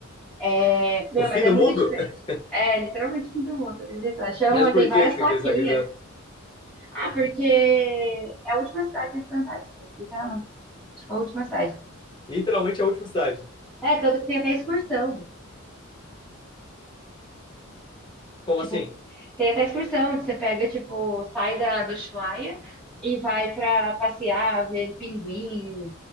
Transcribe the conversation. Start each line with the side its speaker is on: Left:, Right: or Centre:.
Centre: É, meu,
Left: O fim
Centre: mas é
Left: do
Centre: muito
Left: mundo?
Centre: diferente.
Left: <laughs>
Centre: É, literalmente fim do mundo, acredita? Chama,
Left: Mas por
Centre: tem várias
Left: que que
Centre: plaquinhas.
Left: você quiser?
Centre: Ah, porque é a última cidade antes da Antártica, literalmente. Tipo, a última cidade.
Left: Literalmente é a última cidade.
Centre: É, tanto que tem até excursão.
Left: Como
Centre: Tipo,
Left: assim?
Centre: tem até excursão, onde você pega, tipo, sai da, do Ushuaia e vai pra passear, ver pinguim,